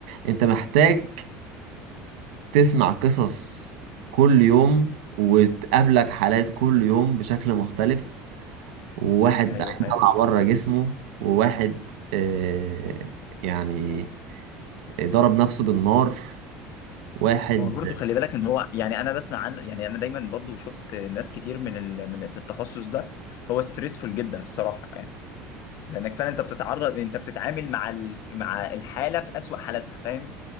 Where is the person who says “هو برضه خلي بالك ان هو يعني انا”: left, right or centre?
Left